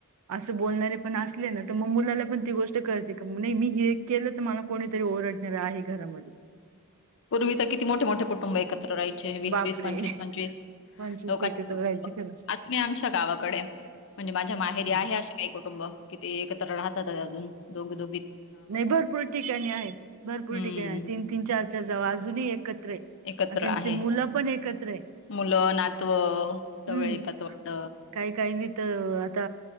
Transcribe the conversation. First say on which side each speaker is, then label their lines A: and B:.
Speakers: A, on the right (about 75°); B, on the left (about 60°).
A: असं बोलणारे पण असले ना तर मग मुलाला पण ती गोष्ट कळते का नाही मी हे केलं तर मला कोणीतरी ओरडणार आहे घरामध्ये
B: पूर्वी तर किती मोठे मोठे कुटुंब आहेत हायचे वीस
A: बापरे
B: वीस पंचवीस पंचवीस
A: पंचवीस
B: लोकां
A: एकत्र राहायची खरंच
B: आता मी आमच्या गावाकडे म्हणजे माझ्या माहेरी
A: हम्म.
B: आहे असे काही कुटुंब किती एकत्र राहतात अजून दोघे दोघे
A: नाही भरपूर ठिकाणी आहे भरपूर
B: हं.
A: ठिकाणी आहे तीन तीन चार चार जाव अजूनही एकत आणि
B: एकत्र
A: त्यांची
B: आहे.
A: मुलं पण एकत्र आहे
B: मुलं नातवं सगळे
A: हम्म
B: पतवाट
A: काही काहीनी तर आता